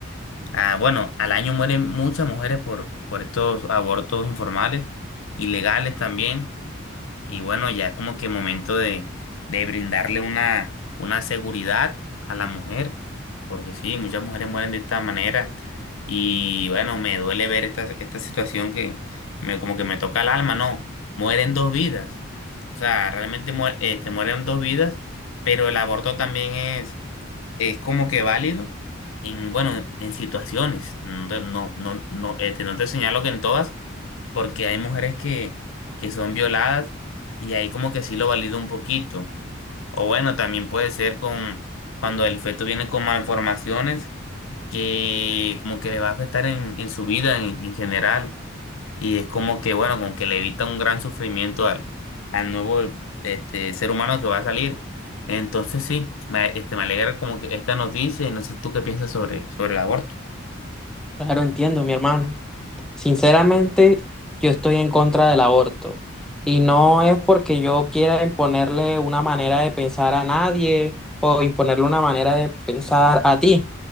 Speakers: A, on the left (about 80°); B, in the centre.
A: Ah, bueno, al año mueren muchas mujeres por, por estos abortos informales, ilegales también, y bueno, ya como que momento de, de brindarle una, una seguridad a la mujer, porque sí, muchas mujeres mueren de esta manera, y bueno, me duele ver esta, esta situación que me, como que me toca el alma, no, mueren dos vidas, o sea, realmente muer- este, mueren dos vidas, pero el aborto también es es como que válido en, bueno, en situaciones. No, te- no, no, no, este, no te señalo que en todas, porque hay mujeres que, que son violadas y ahí como que sí lo valido un poquito. O bueno, también puede ser con cuando el feto viene con malformaciones que como que le va a afectar en, en su vida en, en general. Y es como que, bueno, como que le evita un gran sufrimiento al, al nuevo este, ser humano que va a salir. Entonces sí, me, este, me alegra como que esta noticia y no sé tú qué piensas sobre, sobre el aborto.
B: Claro, entiendo, mi hermano. Sinceramente, yo estoy en contra del aborto y no es porque yo quiera imponerle una manera de pensar a nadie o imponerle una manera de pensar a ti,